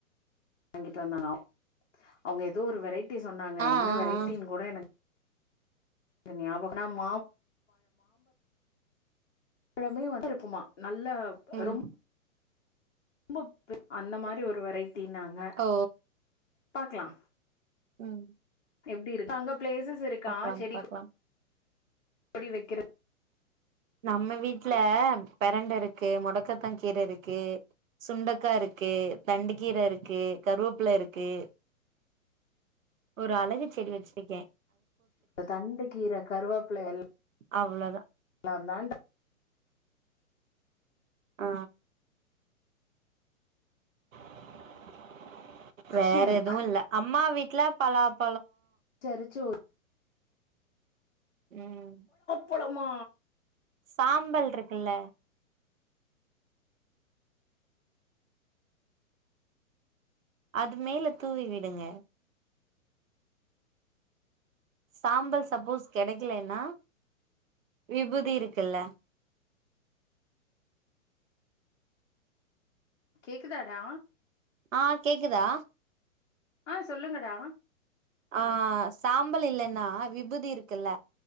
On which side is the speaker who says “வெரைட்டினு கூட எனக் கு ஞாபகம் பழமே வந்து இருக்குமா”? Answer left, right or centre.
Left